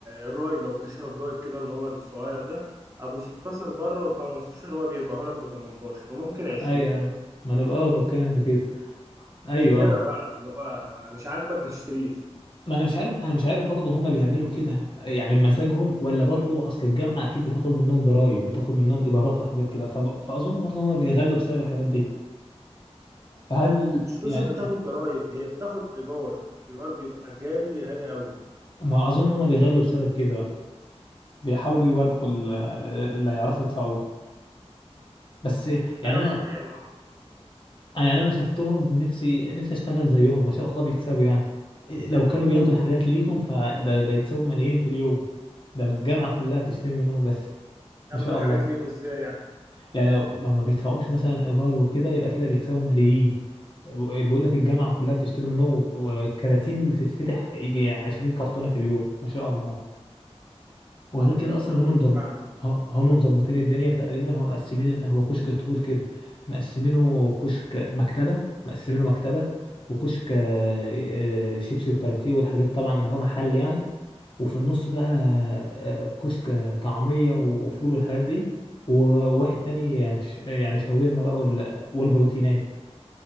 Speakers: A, on the right; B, on the left.
A: الرايب لو بتشرب رايب كده اللي هو الصغير ده ابو 16 بره و15 هو بيبيعه لك ب 18 وممكن 20
B: ايوه ما انا بقى آه بتكلم في كده ايوه
A: اشترى
B: اه
A: بقى اللي هو مش عاجبك ما تشتريش
B: ما انا مش عارف انا مش عارف برضه هما بيعملوا كده يعني بمزاجهم ولا برضه اصل الجامعة اكيد بتاخد منهم ضرايب بتاخد منهم ايجارات وحاجات كده فب... فاظن برضه هما بيغلوا بسبب الحاجات دي فهل
A: مش قصة
B: يعني
A: بتاخد ضرايب هي بتاخد إيجار إيجار بيبقى غالي غالي قوي
B: ما اظن هما بيغلوا بسبب كده بيحاولوا يواجبوا ال- اللي هيعرفوا يدفعوه بس يعني
A: أيوة
B: انا
A: طبيعي ما هو لازم
B: يعني انا شفتهم ونفسي نفسي اشتغل زيهم ما شاء الله بيكسبوا يعني لو كانوا بياخدوا الحاجات ليهم فده ده يكسبوا ملايين في اليوم ده الجامعة كلها بتشتري منهم بس
A: ياخدوا
B: ما شاء
A: الحاجات
B: الله
A: ليهم إزاي يعني
B: يعني لو لو ما بيدفعوش مثلا ايجار وكده يبقى كده بيكسبوا ملايين بيقول لك الجامعة كلها بتشتري منهم وكراتين بتتفتح يجي 20 كرتونة في اليوم ما شاء الله وغير كده اصلا
A: امم
B: هم مظبط
A: فاهمك اه
B: هم مظبطين الدنيا تقريبا هم مقسمين إن هو كشك طويل كده مقسمينه كشك مكتبه مقسمينه مكتبه وكشك آه، شيبسي وكاراتيه والحاجات طبعا اللي هو محل يعني وفي النص بقى آه، كشك طعميه وفول والحاجات دي وواحد تاني ش- يعني شاورما بقى وال- والبروتينات